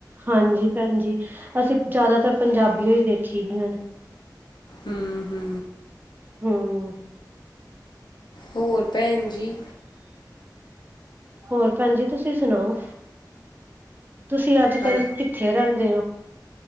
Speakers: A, on the right; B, on the left.
A: ਹਾਂਜੀ ਭੈਣ ਜੀ, ਅਸੀਂ ਜ਼ਿਆਦਾਤਰ ਪੰਜਾਬੀ ਓ ਦੇਖੀ ਦਿਆਂ ਨੇ।
B: ਹੂ ਹੂ
A: ਹਮ
B: ਹੋਰ ਭੈਣ ਜੀ।
A: ਹੋਰ ਭੈਣ ਜੀ ਤੁਸੀਂ ਸੁਣਾਓ, ਤੁਸੀਂ ਅੱਜ
B: ਹਾਂ
A: ਕੱਲ ਕਿੱਥੇ ਰਹਿੰਦੇ ਹੋ।